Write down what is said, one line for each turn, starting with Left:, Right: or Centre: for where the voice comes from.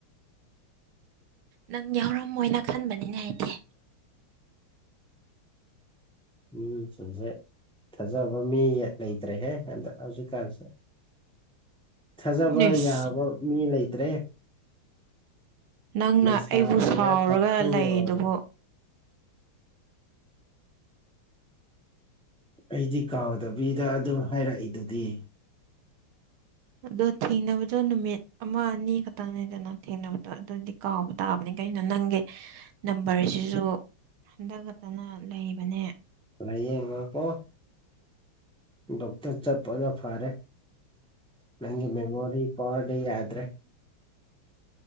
Right: ꯅꯪ ꯌꯥꯎꯔꯝꯃꯣꯏꯅ ꯈꯟꯕꯅꯤꯅꯦ ꯑꯩꯗꯤ
Centre: ꯃꯤꯁꯤꯡꯖꯦ ꯊꯥꯖꯕ ꯃꯤ ꯂꯩꯇ꯭ꯔꯦꯍꯦ ꯍꯟꯗꯛ ꯍꯧꯖꯤꯛꯀꯥꯟꯁꯦ ꯊꯥꯖꯕ
Right: ꯏꯁ
Centre: ꯌꯥꯕ ꯃꯤ ꯂꯩꯇ꯭ꯔꯦ
Right: ꯅꯪꯅ
Centre: ꯂꯩꯁꯥ
Right: ꯑꯩꯕꯨ
Centre: ꯑꯣꯏꯒꯦꯔꯥ
Right: ꯁꯥꯎꯔꯒ
Centre: ꯄꯥꯈꯪ
Right: ꯂꯩꯗꯨꯕꯨ
Centre: ꯑꯣꯏ ꯑꯩꯗꯤ ꯀꯥꯎꯗꯕꯤꯗ ꯑꯗꯨꯝ ꯍꯥꯏꯔꯛꯏꯗꯨꯗꯤ
Right: ꯑꯗꯣ ꯊꯦꯡꯅꯕꯗꯣ ꯅꯨꯃꯤꯠ ꯑꯃ ꯑꯅꯤ ꯈꯛꯇꯪꯅꯤꯗꯅ ꯊꯦꯡꯅꯕꯗꯣ ꯑꯗꯨꯗꯤ ꯀꯥꯎꯕ ꯇꯥꯕꯅꯤ ꯀꯩꯅꯣ ꯅꯪꯒꯤ ꯅꯝꯕꯔꯁꯤꯁꯨ ꯍꯟꯗ ꯈꯛꯇꯅ ꯂꯩꯕꯅꯦ
Centre: <unintelligible> ꯗꯣꯛꯇꯔ ꯆꯠꯄꯅ ꯐꯔꯦ ꯅꯪꯒꯤ ꯃꯦꯃꯣꯔꯤ ꯄꯥꯠ ꯌꯥꯗ꯭ꯔꯦ